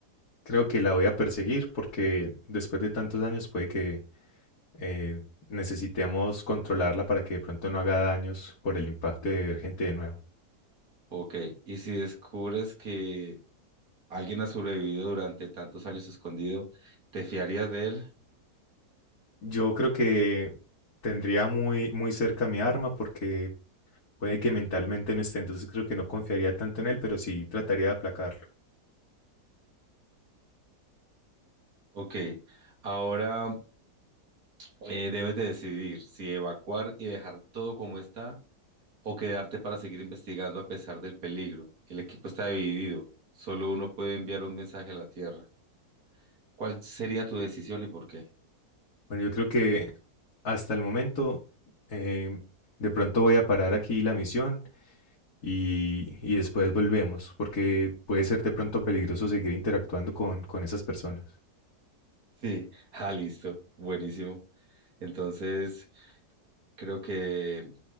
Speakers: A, on the left; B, on the right.
A: creo que la voy a perseguir porque después de tantos años puede que eh, necesitemos controlarla para que de pronto no haga daños por el impacto de ver gente de nuevo.
B: Ok, y si descubres que alguien ha sobrevivido durante tantos años escondido, ¿te fiarías de él?
A: Yo creo que tendría muy, muy cerca mi arma porque puede que mentalmente no esté, entonces creo que no confiaría tanto en él, pero sí trataría de aplacarlo.
B: Ok. Ahora Eh, debes de decidir si evacuar y dejar todo como está o quedarte para seguir investigando a pesar del peligro. El equipo está dividido. Solo uno puede enviar un mensaje a la Tierra. ¿Cuál sería tu decisión y por qué?
A: Bueno, yo creo que hasta el momento eh, de pronto voy a parar aquí la misión y, y después volvemos porque puede ser de pronto peligroso seguir interactuando con, con esas personas.
B: Sí, <laughs> ah, listo, buenísimo. Entonces, creo que